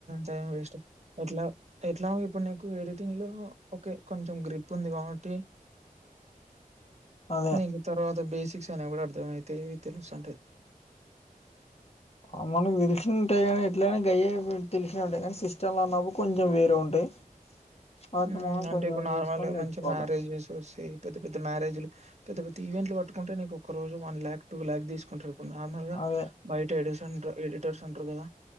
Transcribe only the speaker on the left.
అదే
ఆ మనకు తెలిసి యి గనీ ఎట్లయిన గయే ఉ తెలిసిన ఉంటాయి గన్ సిస్టమ్ లో ఉన్నప్పుడు కొంచెం వేరే ఉంటాయి వాటిని
మనం
కొంచెం
చూసుకొని నేర్చుకోవాలి
అదే అదే